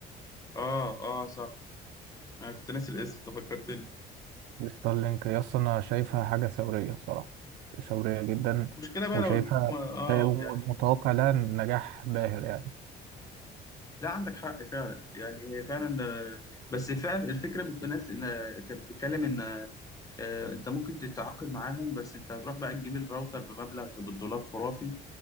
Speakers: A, on the left; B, on the right.
A: اه اه صح انا كنت ناسي الاسم أنت فكرتني
B: ستارلينك يا اسطى انا شايفها حاجة ثورية الصراحة ثورية جدا
A: المشكله بقى
B: وشايفها
A: لو الحكومه اه
B: شايف متوقع
A: يعني
B: لها نجاح باهر يعني
A: لا عندك حق فعلا يعني هي فعلا ده- بس فعلا الفكره بتقول ناس ان كانت بتتكلم ان آه، انت ممكن تتعاقد معاهم بس انت هتروح بقى تجيب الراوتر بمبلغ بالدولار خرافي